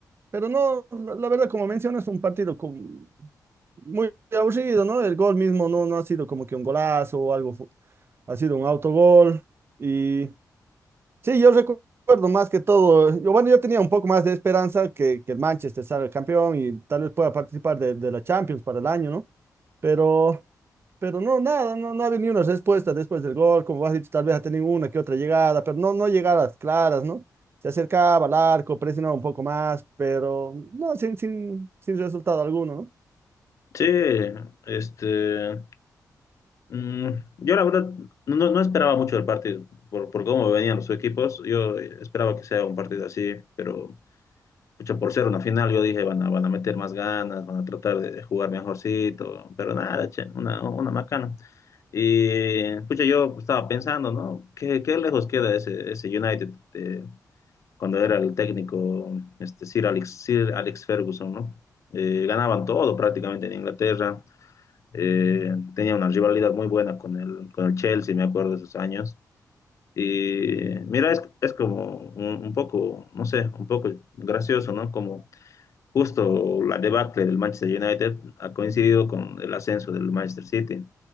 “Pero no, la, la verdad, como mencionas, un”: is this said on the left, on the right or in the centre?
Right